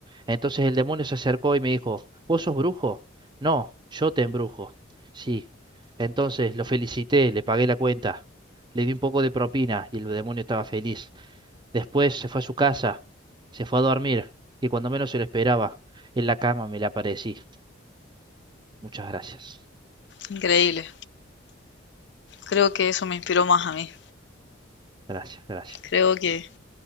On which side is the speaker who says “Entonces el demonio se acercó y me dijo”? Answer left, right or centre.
Right